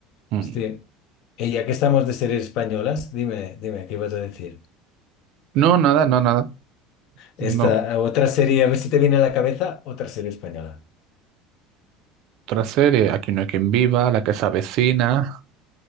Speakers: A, on the right; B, on the left.
A: Mm.
B: Sí. Y ya que estamos de series españolas, dime, dime, ¿qué ibas a decir?
A: No, nada, no, nada.
B: Esta
A: No.
B: otra serie, a ver si te viene a la cabeza, otra serie española.
A: otra serie, Aquí no hay quien viva, La casa vecina,